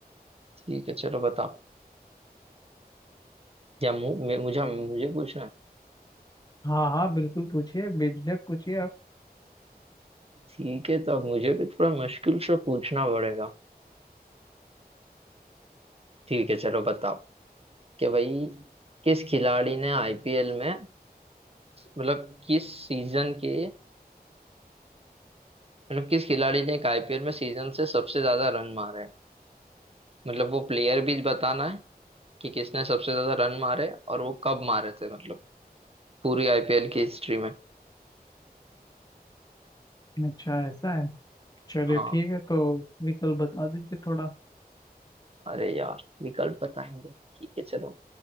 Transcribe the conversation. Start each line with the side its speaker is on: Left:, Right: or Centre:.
Right: ठीक है चलो बताओ या मु, मे- मुझे मुझे पूछना है?
Left: हाँ हाँ बिल्कुल पूछिए बेझिझक पूछिए आप
Right: ठीक है तो अब मुझे भी थोड़ा मुश्किल से पूछना पड़ेगा ठीक है चलो बताओ कि भाई किस खिलाड़ी ने आईपीएल में मतलब किस सीजन के मतलब किस खिलाड़ी ने एक आईपीएल में सीजन से सबसे ज्यादा रन मारे हैं मतलब वो प्लेयर भी बताना है कि किसने सबसे ज्यादा रन मारे और वो कब मारे थे मतलब पूरी आईपीएल की हिस्ट्री में
Left: अच्छा ऐसा है चलिए
Right: हाँ
Left: ठीक है तो विकल्प बता दीजिए थोड़ा
Right: अरे यार विकल्प बताएंगे ठीक है चलो